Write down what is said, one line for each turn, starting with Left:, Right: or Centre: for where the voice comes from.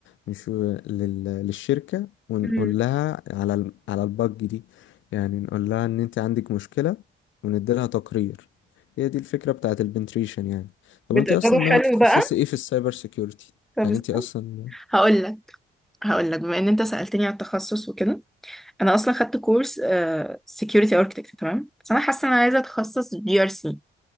Left: مش لل... للشركة ونقول
Centre: مم.
Left: لها على ال... على البج دي يعني نقول لها ان انت عندك مشكلة ونديلها تقرير هي دي الفكرة بتاعت البنتريشن يعني طب
Centre: بتقدروا
Left: انت اصلا
Centre: حلو
Left: ناوي تتخصصي
Centre: بقى
Left: ايه في السايبر سيكيورتي
Centre: طب
Left: يعني
Centre: استنى.
Left: انت اصلا
Centre: هقول لك هقول لك بما ان انت سألتني على التخصص وكده انا اصلا خدت كورس سكيورتي اركتكت تمام بس انا حاسه ان انا عايزه اتخصص جي ار سي